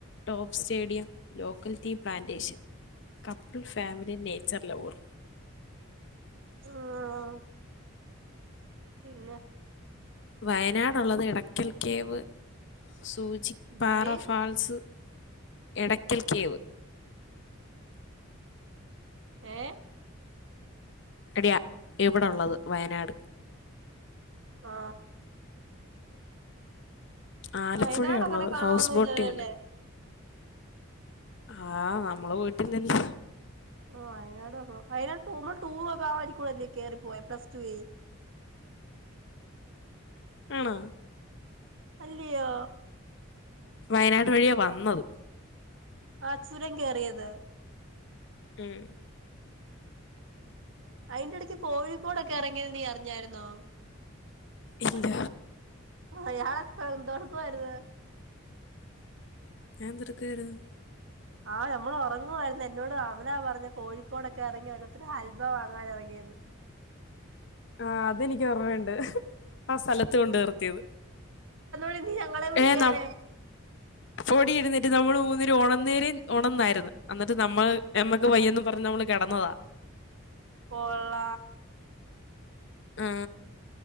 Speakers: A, on the left (about 60°); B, on the right (about 65°).
A: top stadium locality plantation couple family nature lover
B: ആഹ് പിന്നെ
A: വയനാടുള്ളത് ഇടക്കൽ കേവ് സൂചി
B: എന്തുവാടി
A: പാറ ഫാൾസ് എടയ്ക്കൽ കേവ്
B: ഏ
A: എടിയാ ഇവിടെള്ളത് വയനാട്
B: ആ
A: ആലപ്പുഴയുള്ളത്
B: വയനാട് അങ്ങനെ കാണൊന്നുംല്ലല്ലോല്ലേ
A: ഹൗസ് ബോട്ടിംഗ് ആനമ്മള് വീട്ടിൽ തന്നെ
B: ഓ വയനാട് വന്ന വയനാട്പോവുബോ ടൂർക്കെ ആ വായിക്കൂടെല്ലേ കേയറിപ്പോയ പ്ലസ് ടു വേ
A: ആണേ
B: അല്ലയെ
A: വയനാട് വഴിയാ വന്നത്
B: ആ ചുരം കേയറിയത്
A: ഉം
B: അയിന്റെ ഇടക്ക് കോഴിക്കോടൊക്കെ ഇറങ്ങിത് നീ അറിഞ്ഞായിരുന്നോ
A: ഇല്ല
B: അയാളെപ്പേ എന്ധെടുക്കായിരുന്നു
A: ഞാൻ എന്ധെടുക്കായിരുന്നു
B: ആനമ്മൾ ഉറങ്ങുവമായിരുന്നു എന്നോട് അവനാ പറഞ്ഞ കോഴിക്കോടൊക്കെ ഇറങ്ങി ഓരോത്തരു ആൽവ വാങ്ങാൻ ഇറങ്ങിന്ന്
A: ആ അതെനിക്ക് ഒർമ്മുണ്ട് അ സ്ഥലത്ത് കൊണ്ട് നിർത്തിയത്
B: അയിന് ഞങ്ങളെ വിളിക്കാനേ
A: ഏ നം പൊടി ഇടുന്നിട്ട് നമ്മള് ഉന്നിന് ഓണനേര ഒണന്നായിരുന്നു എന്നിട്ട് നമ്മൾ ഞമ്മക്ക് വയ്യന്ന് പറഞ്ഞ് നമ്മ കിടന്നതാ
B: <inaudible> പോള്ള
A: ആ